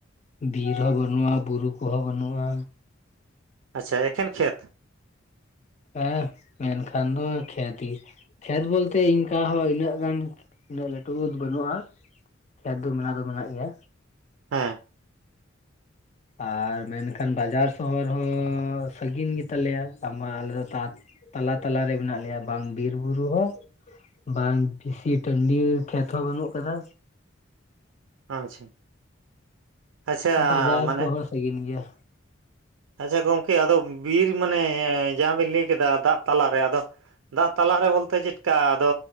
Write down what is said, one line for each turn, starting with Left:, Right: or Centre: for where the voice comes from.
Left: ᱫᱷᱤᱨ ᱦᱚᱸ ᱵᱟᱹᱱᱩᱜᱼᱟ, ᱵᱩᱨᱩ ᱠᱚᱦᱚᱸ ᱵᱟᱹᱱᱩᱜᱼᱟ᱾
Right: ᱟᱪᱪᱷᱟ ᱮᱠᱷᱮᱱ ᱠᱷᱮᱛ
Left: ᱦᱮᱸ ᱢᱮᱱᱠᱷᱟᱱ ᱫᱚ ᱠᱷᱮᱛ ᱜᱤ ᱠᱷᱮᱛ ᱵᱚᱞᱛᱮ ᱤᱱᱠ ᱦᱚᱸ ᱤᱱᱟᱹᱜ ᱜᱟᱱ ᱩᱱᱟᱹᱜ ᱞᱟᱹᱴᱩ ᱵᱟ. ᱫᱽ ᱵᱟᱹᱱᱩᱜᱼᱟ ᱠᱷᱮᱛ ᱫᱚ ᱢᱮᱱᱟᱜ ᱫᱚ ᱢᱮᱱᱟᱜ ᱜᱮᱭᱟ
Right: ᱦᱮᱸ
Left: ᱟᱨ ᱢᱮᱱᱠᱷᱟᱱ ᱵᱟᱡᱟᱨ ᱥᱚᱦᱚᱨ ᱦᱚᱸᱻ ᱥᱟᱺᱜᱤᱱ ᱜᱮ ᱛᱟᱞᱮᱭᱟ ᱛᱟ ᱢᱟ ᱟᱞᱮ ᱫᱚ ᱛᱟᱠ... ᱛᱟᱞᱟ ᱛᱟᱞᱟ ᱨᱮ ᱢᱮᱱᱟᱜ ᱞᱮᱭᱟ ᱵᱟᱝ ᱵᱤᱨ ᱵᱩᱨᱩ ᱦᱚᱸ ᱵᱟᱝ ᱵᱤᱥᱤ ᱴᱟᱺᱰᱤ ᱠᱷᱮᱛ ᱦᱚᱸ ᱵᱟᱹᱱᱩᱜ ᱟᱠᱟᱫᱟ
Right: ᱟᱪᱪᱷᱟ ᱟᱪᱪᱷᱟ
Left: ᱵᱟᱡᱟᱨ
Right: ᱢᱟᱱᱮ
Left: ᱠᱚᱦᱚᱸ ᱥᱟᱜᱤᱱ ᱜᱮᱭᱟ
Right: ᱟᱪᱪᱷᱟ ᱜᱚᱢᱠᱮ ᱟᱫᱚ ᱵᱤᱨ ᱢᱟᱱᱮ ᱡᱟᱦᱟᱸ ᱵᱤᱱ ᱞᱟᱹᱭ ᱠᱮᱫᱟ ᱫᱟᱜ ᱛᱟᱞᱟᱨᱮ ᱟᱫᱚ ᱫᱟᱜ ᱛᱟᱞᱟ ᱨᱮ ᱵᱚᱞᱛᱮ ᱪᱮᱫᱠᱟ ᱟᱫᱚ